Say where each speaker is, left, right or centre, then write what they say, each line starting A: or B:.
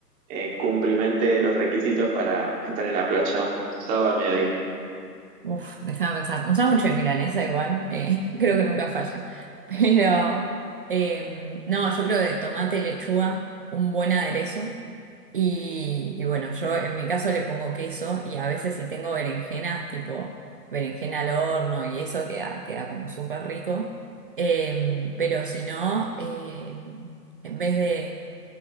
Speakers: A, on the right; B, on the right.
A: eh, cumplimente los requisitos para estar en la playa un sábado al mediodía.
B: Uf, déjame pensar. Un sándwich de milanesa igual, eh, <laughs> creo que nunca falla. Pero em, no, yo creo de tomate, lechuga, un buen aderezo. Y, y bueno, yo en mi caso le pongo queso y a veces si tengo berenjena, tipo berenjena al horno y eso queda, queda como súper rico. Em, pero si no, em, en vez de